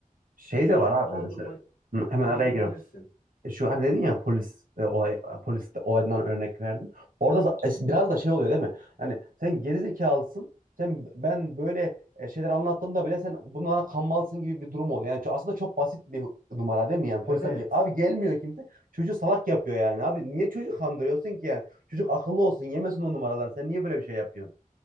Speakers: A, on the right; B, on the left.
A: Şey
B: Çocuğum
A: de var abi
B: dondurma
A: mesela. Hı, Hemen
B: yiyebilirsin.
A: araya giriyorum. E, Şu hani dedin ya polis e, olay polis de olaydan örnek verdin. Orada da- e, biraz da şey oluyor değil mi? Hani sen gerizekalısın. Sen ben böyle e, şeyler anlattığımda bile sen bunlara kanmalısın gibi bir durum oluyor. Yani ço- aslında çok basit bir numara değil mi? Yani polis
B: Evet.
A: amca abi gelmiyor kimse. Çocuğu salak yapıyor yani. Abi niye çocuğu kandırıyorsun ki yani? Çocuk akıllı olsun, yemesin o numaraları. Sen niye böyle bir şey yapıyorsun?